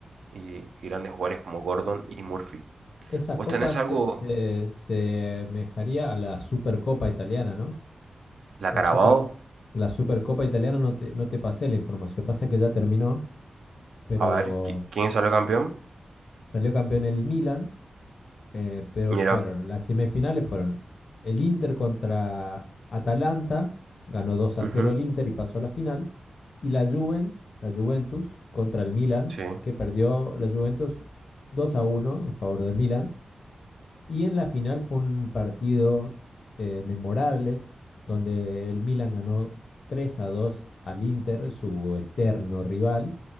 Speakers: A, on the right; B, on the left.
A: y, y grandes jugadores como Gordon y Murphy.
B: Esa
A: ¿Vos
B: copa
A: tenés
B: se,
A: algo?
B: se, se asemejaría a la Supercopa italiana, ¿no?
A: La
B: La
A: Carabao.
B: super, la Supercopa italiana no te, no te pasé la información. Pasa que ya terminó, pero
A: A ver, ¿qui- ¿quién salió campeón?
B: salió campeón el Milan. Eh, pero
A: Mira.
B: fueron, las semifinales fueron el Inter contra Atalanta, ganó dos
A: ujú,
B: a cero el Inter y pasó a la final, y la Juven, la Juventus contra el Milan,
A: Sí,
B: que perdió la Juventus 2 a uno en favor del Milan, y en la final fue un partido eh, memorable donde el Milan ganó 3 a 2 al Inter, su eterno rival,